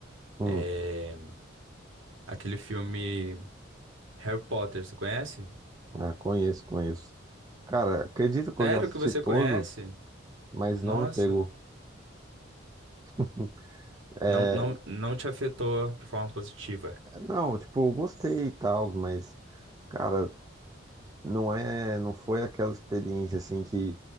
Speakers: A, on the right (about 20°); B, on the right (about 75°).
A: hum,
B: é aquele filme Harry Potter, você conhece?
A: ah, conheço, conheço. Cara, acredito que
B: Sério
A: eu já assisti
B: que você
A: todos,
B: conhece?
A: mas
B: Nossa,
A: não me pegou. <laughs> É,
B: não, não, não te afetou de forma positiva.
A: não, tipo, eu gostei e tal, mas, cara, Não é, não foi aquela experiência assim que